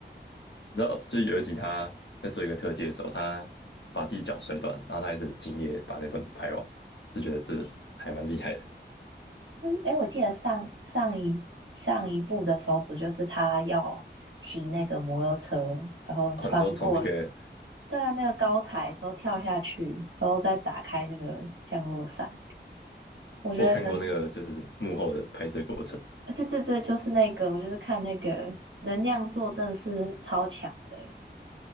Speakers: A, on the left (about 75°); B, on the right (about 85°).
A: 你知道就是有一集他在做一个特技的时候，他把自己脚摔断，然后他还是很敬业地把那本拍完，就觉得这还蛮厉害的。
B: 哎、我记得上上一上一部的时候，不就是他要骑那个摩托车，然后穿过
A: 哦，你知道从那个
B: 对啊，那个高台之后跳下去，之后再打开那个降落伞，我觉得能，
A: 我看过那个就是幕后的拍摄过程，
B: 啊对对对，就是那个，我就是看那个能量做真的是超强的欸